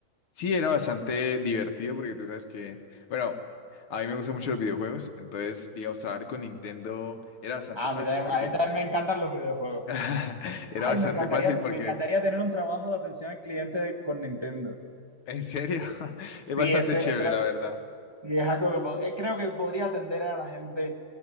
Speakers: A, on the left (about 85°); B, on the right (about 15°).
A: Sí, era bastante divertido porque tú sabes que, bueno, a mí me gustan mucho los videojuegos, entonces, digamos, trabajar con Nintendo era bastante
B: Ah,
A: fácil
B: a mí también,
A: porque
B: a mí
A: cu-
B: también me encantan los videojuegos.
A: <laughs> era
B: Ay,
A: bastante
B: me encantaría,
A: fácil porque,
B: me encantaría tener un trabajo de atención al cliente con Nintendo.
A: en serio, <laughs> es
B: Sí,
A: bastante
B: ese
A: chévere,
B: es, creo,
A: la verdad.
B: sí, es algo que po- eh, creo que podría atender a la gente